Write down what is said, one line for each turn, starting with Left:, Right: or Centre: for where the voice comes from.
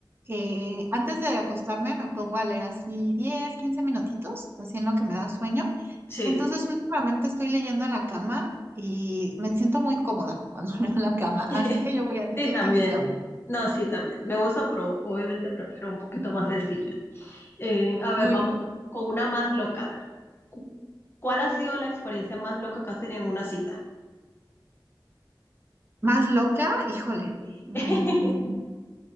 Right: eh, antes de acostarme me pongo a leer así 10, 15 minutitos, así en lo que me da sueño.
Left: Sí,
Right: Entonces últimamente estoy leyendo en la cama y me siento muy cómoda cuando <laughs> leo en la cama.
Left: <laughs>
Right: Así que yo voy a decir
Left: sí, también.
Right: que mi cama.
Left: No, sí, también. Me gusta, pero obviamente prefiero un poquito más sencillo. Eh, a ver,
Right: Muy
Left: vamos con una más loca. A ver, Cu- ¿cuál ha sido la experiencia más loca que has tenido en una cita?
Right: más loca, híjole.
Left: Sí.
Right: mm,
Left: <laughs>